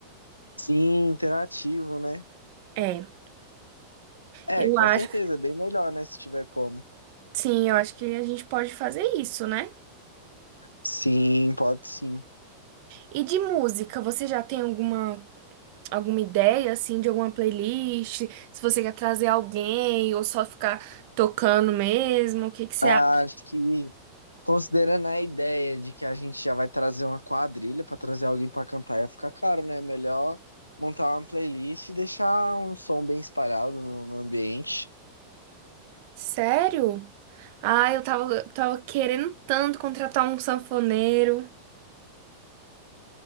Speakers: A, on the left; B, on the right.
A: Sim, interativo, né?
B: É,
A: É,
B: eu
A: com
B: acho,
A: certeza, é bem melhor, né? Se tiver como.
B: sim, eu acho que a gente pode fazer isso, né?
A: Sim, pode sim.
B: E de música, você já tem alguma alguma ideia assim de alguma playlist? Se você quer trazer alguém ou só ficar tocando mesmo, o que que você
A: Acho
B: acha?
A: que, considerando a ideia de que a gente já vai trazer uma quadrilha pra trazer alguém pra cantar, ia ficar caro, né? Melhor montar uma playlist e deixar um som bem espalhado no, no ambiente.
B: Sério? Ah, eu tava, tava querendo tanto contratar um sanfoneiro.